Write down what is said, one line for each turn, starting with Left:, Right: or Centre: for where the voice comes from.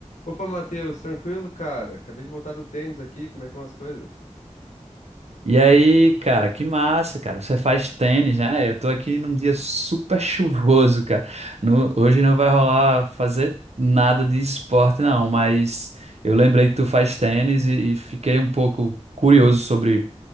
Left: Opa, Matheus, tranquilo, cara? Acabei de voltar do tênis aqui, como é que vão as coisas?
Right: E aí, cara, que massa, cara. Você faz tênis, né? Eu tô aqui num dia super chuvoso, cara. No- hoje não vai rolar fazer nada de esporte, não, mas eu lembrei que tu faz tênis e, e fiquei um pouco curioso sobre